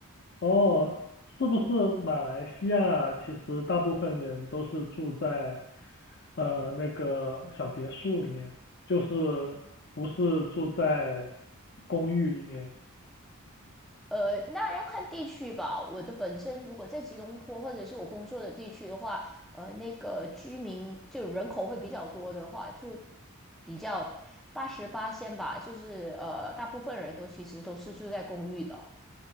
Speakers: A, on the left; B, in the centre.
A: 哦，是不是马来西亚其实大部分人都是住在呃那个小别墅里面，就是不是住在公寓里面？
B: 呃，那要看地区吧。我的本身如果在吉隆坡或者是我工作的地区的话，呃，那个居民就人口会比较多的话，就比较八十八仙吧，就是呃，大部分人都其实都是住在公寓的。